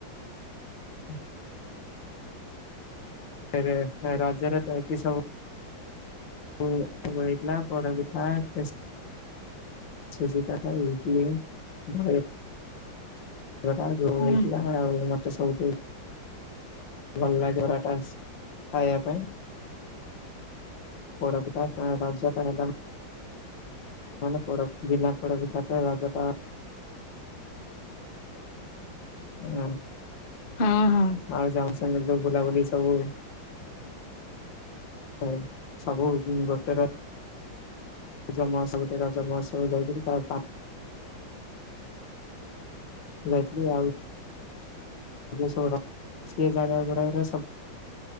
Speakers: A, on the left; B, on the left.
A: ହୁଁ। ଏବେ ରଜରେ ତ ଏଠି ସବୁ ପୁ ସବୁ ହେଇଥିଲା ପୋଡପିଠା ଖେସ ସୁଜି କାକରା ଇତିଲି ଉଭୟ। ହେରା କଣ କି
B: ହୁଁ
A: ହେଥିଲା ଆଉ ମତେ ସବୁଠୁ ଭଲ ଲାଗେ ସେଟା ସ ଖାଇବା ପାଇଁ। ପୋଡପିଠା ତମେ ରଜ ତ ହେଲାମା ମାନେ ପୋଡପି ବିନା ପୋଡପିଠା ତ ରଜ ତ ହଁ।
B: ହଁ ହଁ।
A: ଆଉ ଜାମସଙ୍ଗରେ ଯୋଉ ବୁଲାବୁଲି ସବୁ ହୋଉ ସବୁ ଗୋଟେ ର ରଜ ମାହସ ଗୋଟେ ରଜମହସ ଯାଇକରି ତା ପା <inaudible> ଯାଇଥିଲି ଆଉ। ସେ ଯୋଉ ସହର ସେଜାଗା ଗୁଡାଆଗୁରା ସବୁ